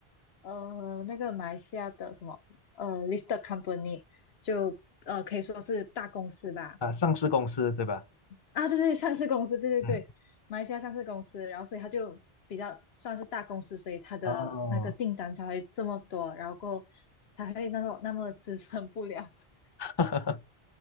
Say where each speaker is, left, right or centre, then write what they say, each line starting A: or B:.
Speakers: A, on the left; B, on the left.
A: 呃那个马来西亚的什么呃 listed company，就呃可以说是大公司吧，
B: 啊，上市公司对吧？
A: 啊，对对，上市公司，对对对，
B: 嗯，
A: 马来西亚上市公司，然后所以他就比较算是大公司，所以他的那个订单才会这么多，
B: 哦，
A: 然后过后才会那种那么支撑不了。<laughs>
B: <laughs> 哈哈，